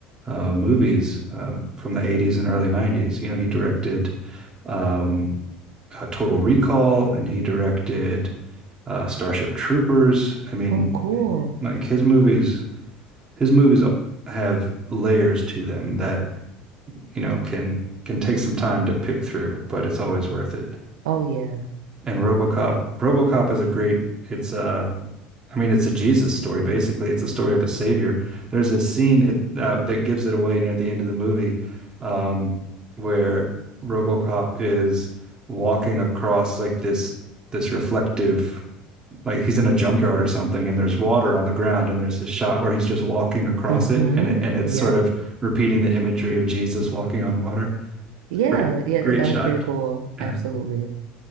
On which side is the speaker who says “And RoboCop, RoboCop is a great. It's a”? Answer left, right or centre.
Right